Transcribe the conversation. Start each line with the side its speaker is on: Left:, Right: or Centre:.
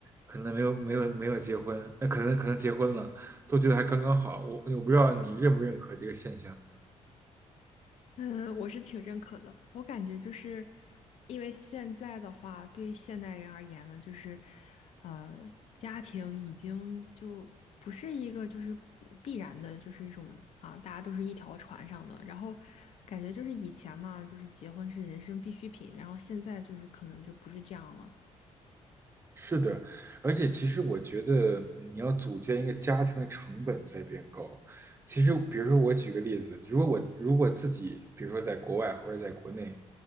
Right: 可能没有没有没有结婚，那可能可能结婚了，都觉得还刚刚好。我我不知道你认不认可这个现象。
Left: 嗯，我是挺认可的。我感觉就是，因为现在的话，对于现代人而言呢，就是，呃，家庭已经就不是一个就是必然的，就是一种啊，大家都是一条船上的。然后感觉就是以前嘛，就是结婚是人生必需品，然后现在就是可能就不是这样了。
Right: 是的，而且其实我觉得嗯你要组建一个家庭的成本在变高。其实，比如说我举个例子，如果我如果自己，比如说在国外或者在国内，